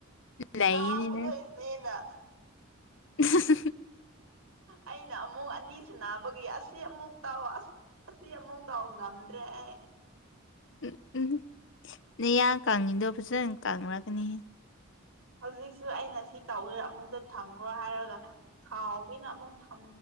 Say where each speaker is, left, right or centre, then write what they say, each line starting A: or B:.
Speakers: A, on the left; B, on the right.
A: ꯂꯩꯌꯦꯅꯦ
B: ꯉꯥꯡꯕꯗꯣꯏꯁꯦꯅ
A: ꯅꯪ <unintelligible>
B: ꯑꯩꯅ ꯑꯃꯨꯛ ꯑꯅꯤ ꯁꯨꯅꯕꯒꯤ ꯑꯁꯤ ꯑꯃꯨꯛ ꯇꯧ ꯑꯁ ꯑꯁꯤ ꯑꯃꯨꯛ ꯇꯧ ꯉꯝꯗ꯭ꯔꯦ ꯑꯩ
A: ꯎꯝ ꯎꯝ ꯅ ꯌꯥ ꯀꯪꯉꯤꯗꯣ ꯐꯖꯅ ꯀꯪꯅꯛꯒꯅꯤꯍ
B: ꯍꯧꯖꯤꯛꯁꯨ ꯑꯩꯅ ꯁꯤ ꯇꯧꯒꯦ ꯑꯃꯨꯛꯇꯗ ꯊꯝꯈ꯭ꯔꯣ ꯍꯥꯏꯔꯒ ꯁꯥꯎꯒꯤꯅ ꯑꯃꯨꯛ ꯊꯝ